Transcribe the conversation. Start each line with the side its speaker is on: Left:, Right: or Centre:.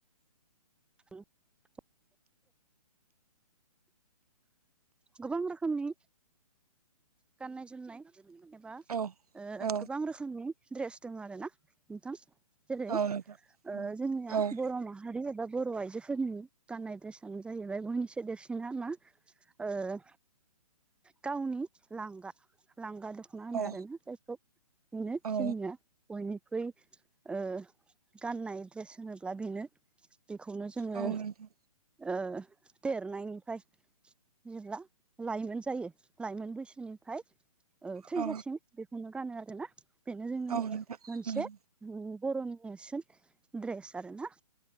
Centre: <unintelligible> गोबां रोखोमनि गाननाय जोमनाय एबा
Right: औ औ
Centre: गोबां रोखोमनि दड्रेस दङ आरो ना नोंथां। जेरै
Right: औ नोंथां
Centre: ओ जोंनिया
Right: औ
Centre: बर' ना हारि एबा बर' आइजोफोरनि गानाय ड्रेसानो जाहैबाय बयनिसो देरसिना मा? ओ‌ गावनि लांगा लांगा द खना होनो
Right: औ
Centre: आरो जायखौ नो
Right: औ
Centre: जोंनिया बयनिख्रुइ ओ गाननाय ड्रेस होनोब्ला बेनो। बेखौनो जोङो
Right: औ नोंथां
Centre: ओ देरनायनिफ्राय जेब्ला लाइमोन जायो लाइमोन बैसोनिफ्राय थैजासिम
Right: औ
Centre: लामाखौनो गानो आरोना बेनो जोंनि
Right: औ नोंथां
Centre: मोनसे
Right: नंगौ
Centre: उम बर'नि नेरसोन फ्रेस आरोना।